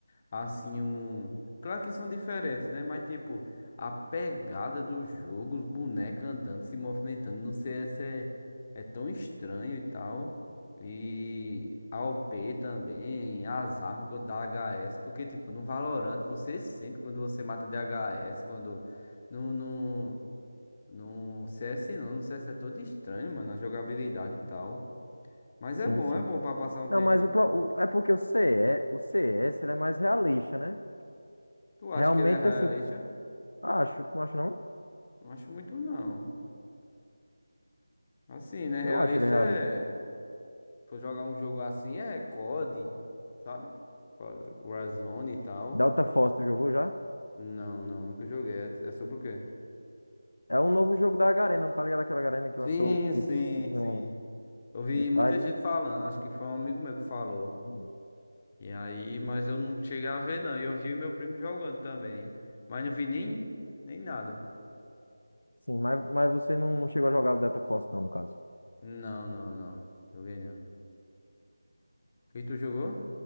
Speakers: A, on the left; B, on the left.
A: Assim, um. Claro que são diferentes, né? Mas, tipo, a pegada do jogo, os bonecos andando, se movimentando no CS é, é tão estranho e tal. E a O p também, as armas quando dá HS. Porque, tipo, no Valorant você sente quando você mata DHS, quando. no no no CS não, no CS é todo estranho, mano, a jogabilidade e tal. Mas
B: Sim,
A: é bom,
B: sim.
A: é bom pra passar um
B: Não,
A: tempo.
B: mas o, pro- o- é porque o CE, o CS, ele é mais realista, né?
A: Tu acha
B: Realmente
A: que ele é realista?
B: assim, acho, tu não acha não?
A: Não acho muito não. Assim, né?
B: Eu
A: Realista
B: acho ele realista.
A: é. For jogar um jogo assim é COD, sabe? Warzone e tal.
B: Delta Force, tu jogou já?
A: Não, não, nunca joguei. É, é sobre o quê?
B: É um novo jogo da Garena, não tá ligado aquela Garena que
A: Sim,
B: lançou que
A: sim,
B: que
A: sim.
B: um
A: Eu vi
B: Free Fire,
A: muita gente
B: né?
A: falando, acho que foi um amigo meu que falou.
B: Hum.
A: E aí, mas eu não cheguei a ver não. E eu vi meu primo jogando também. Mas não vi nem, nem nada.
B: Sim, mas, mas você não chegou a jogar o Delta Force não, no caso.
A: Não, não, não. Joguei não. E tu jogou?